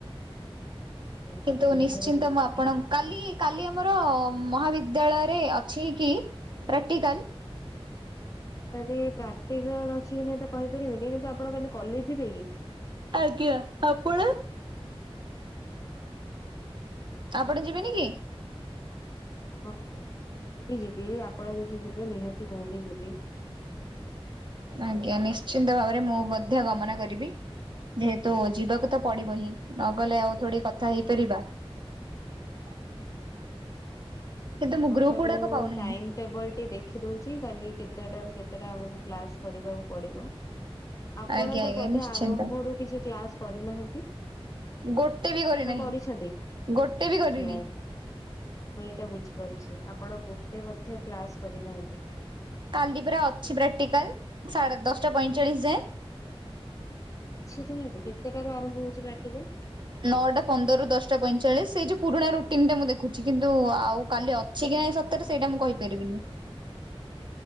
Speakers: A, on the left; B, on the right.
A: କି ଆପଣଙ୍କର
B: କିନ୍ତୁ ନିଶ୍ଚିନ୍ତ
A: ଦୁଃଖ
B: ମୁଁ ଆପଣ କାଲି କାଲି ଆମର ମହାବିଦ୍ୟାଳୟରେ ଅଛି କି ପ୍ରାକ୍ଟିକାଲ
A: କାଲି ପ୍ରାକ୍ଟିକାଲ ଅଛି କି ନିହାତି କହିପାରିବେନି କିନ୍ତୁ ଆପଣ କାଲି କଲେଜ ଯିବେ କି
B: ଆଜ୍ଞା ଆପଣ? ଆପଣେ ଯିବେନି କି
A: ହଁ ହଁ ମୁଁ ବି ଯିବି ଆପଣ ଯଦି ଯିବେ ନିହାତି ମୁଁ ବି ଯିବି
B: ଆଜ୍ଞା! ନିଶ୍ଚିନ୍ତ ଭାବରେ ମୁଁ ମଧ୍ୟ ଗମନ କରିବି। ଯେହେତୁ ଯିବାକୁ ତ ପଡିବ ହିଁ ନଗଲେ ଆଉ ଥୋଡ଼ି କଥା ହେଇପାରିବା। <inaudible> କିନ୍ତୁ ମୁଁ
A: ତଥାପି
B: ଗ୍ରୁପ ଗୁଡାକ
A: ମୁଁ
B: ପାଉନାହିଁ
A: ଟାଇମ ଟେବଲ ଟି ଦେଖି ଦଉଛି କାଲି କେତେଟା ରୁ କେତେଟା ଆମକୁ କ୍ଲାସ କରିବାକୁ ପଡିବ। ଆପଣ
B: ଆଜ୍ଞା
A: ତ
B: ଆଜ୍ଞା
A: ପଧେ
B: ନିଶ୍ଚିନ୍ତ।
A: ଆରମ୍ଭରୁ କିଛି କ୍ଲାସ କରିନାହାନ୍ତି। <inaudible>
B: ଗୋଟେ ବି କରିନାହିଁ
A: ନାଁ କରିଛନ୍ତି
B: ଗୋଟେ
A: <inaudible>
B: ବି କରିନି
A: ଜ୍ଞା! ମୁଁ ଏଇଟା ବୁଝିପାରୁଛି। ଆପଣ ଗୋଟେ ମଧ୍ୟ କ୍ଲାସ କରିନାହାନ୍ତି।
B: କାଲି ପରା ଅଛି ପ୍ରାକ୍ଟିକାଲ ସାଢେ ଦଶଟା ପଇଁଚାଳିଶ ଯାଏଁ।
A: ଛି ତାଁହେଲେ କେତେଟାରୁ ଆରମ୍ଭ ହଉଛି ପ୍ରାକ୍ଟିକାଲ
B: ନଅଟା ପନ୍ଦରରୁ ଦଶଟା ପଇଁଚାଳିଶ ସେଇ ଯୋଉ ପୁରୁଣା ରୁଟିନ ଟା ମୁଁ ଦେଖୁଛି କିନ୍ତୁ ଆଉ କାଲି ଅ ସେ କିଆ ଇଁ ସତରେ ସେଇଟା ମୁଁ କହିପାରିବିନି